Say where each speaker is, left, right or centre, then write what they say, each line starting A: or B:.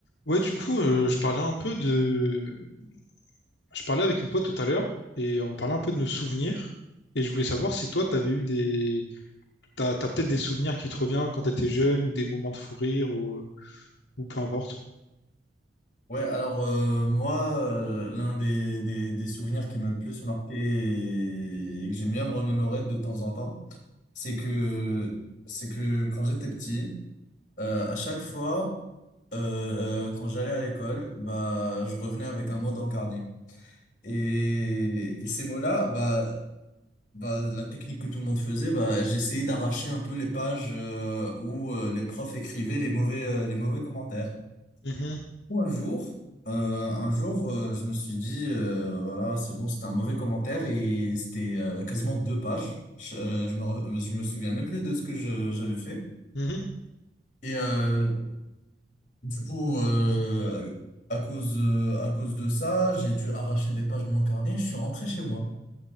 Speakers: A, on the left; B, on the left.
A: Ouais, du coup, euh, je parlais un peu de... Je parlais avec mon pote tout à l'heure et on parlait un peu de nos souvenirs. Et je voulais savoir si toi, t'avais eu des... T'as, t'as peut-être des souvenirs qui te reviennent quand t'étais jeune ou des moments de fou rire ou, euh, ou peu importe.
B: Ouais, alors euh, moi, euh, l'un des, des, des souvenirs qui m'a le plus marqué et, et que j'aime bien me remémorer de temps en temps, c'est que c'est que quand j'étais petit, euh, à chaque fois, euh, euh, quand j'allais à l'école, bah je revenais avec un mot dans le carnet. Et, et ces mots-là, bah, bah la technique que tout le monde faisait, bah j'essayais d'arracher un peu les pages euh, où euh, les profs écrivaient les mauvais euh, les mauvais commentaires.
A: Mhm,
B: Ou un jour, euh, un jour, euh, je me suis dit, euh, voilà, c'est bon, c'était un mauvais commentaire et c'était euh, quasiment deux pages. Je, euh, je me, re- je me souviens même plus de ce que je- j'avais fait.
A: mhm.
B: Et euh, du coup, euh, à cause, euh, à cause de ça, j'ai dû arracher des pages de mon carnet. Je suis rentré chez moi.